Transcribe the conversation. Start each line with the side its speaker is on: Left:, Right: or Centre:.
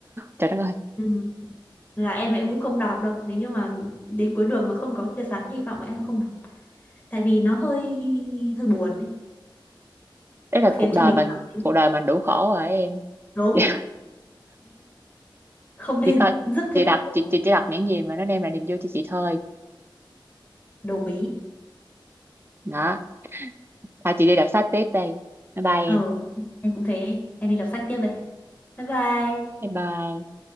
Right: trời đất ơi
Left: ừ, là em em cũng không đọc đâu nếu như mà đến cuối đường mà không có tia sáng hy vọng thì em cũng không đọc tại vì nó hơi hơi buồn ấy
Right: đấy
Left: nó
Right: là
Left: khiến
Right: cuộc đời
Left: cho mình
Right: mình
Left: cảm thấy
Right: cuộc đời mình đủ khổ rồi em
Left: đốm
Right: <laughs>
Left: không nên
Right: chị coi
Left: <laughs> rước thêm
Right: chị đọc
Left: một cổ
Right: chị chị chỉ đọc những gì mà nó đem lại niềm vui cho chị thôi
Left: đầu mí
Right: đó thôi chị đi đọc sách tiếp đây bye bye em
Left: Ờ, em cũng thế. Em đi đọc sách tiếp đây. Bye bye.
Right: bye bye